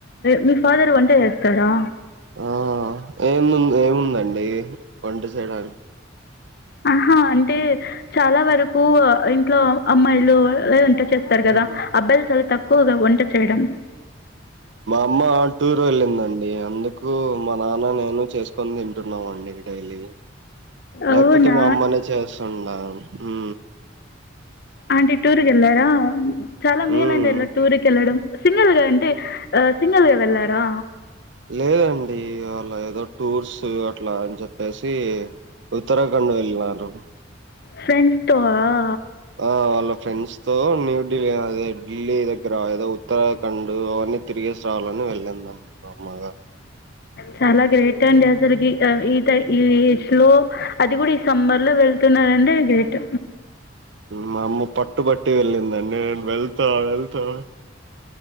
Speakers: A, on the left; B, on the right.
A: మీ ఫాదర్ వంట చేస్తారా
B: ఆ ఏము ఏముందండి వంట సైడ్
A: ఆహా అంటే చాలా వరకు ఇంట్లో అమ్మాయిలు లేదంటే స్తారు కదా
B: ఉమ్
A: అబ్బాయిలు చాలా తక్కువగా వంట చేయడం
B: అమ్మా టూర్ వెళ్ళిందండి అందుకు మా నాన్న నేను చేసుకుని తింట్ తింటున్నామండి డైలీ లేకపోతే
A: అవునా!
B: మా అమ్మనే చేయాల్సి ఉందా ఊ
A: ఆంటీ టూర్కిళ్లారా చాలా
B: హ్మ్
A: మేల అండి అలా టూర్కి వెళ్లడం సింగిల్గా అంటే సింగిల్గా వెళ్ళారా
B: లేదండి అలా ఏదో టూర్స్ అట్లా అని చెప్పేసి ఉత్తరాఖండ వెళ్ళరు
A: ఫ్రెండ్స్ తో ఆ
B: ఆ వాళ్ళ ఫ్రెండ్స్ తో న్యూ ఢిల్లీ అద ఢిల్లీ దగ్గర ఏదో ఉత్తరాఖండ్ అవన్నీ తిరిగే రావాలని వెళ్ళంను ఆమ్ మా అమ్మగా
A: చాలా గ్రేట్ అండి అసలికి ఈ ట
B: హ్మ్.
A: ఈ ఏజ్ లో అది కూడా ఈ సంబర్ లో వెళ్తున్నారంటె గ్రేట్
B: మా అమ్మ పట్ పట్టుబట్టి వెళ్ళిందండి నేను వెళ్తా వెళ్తా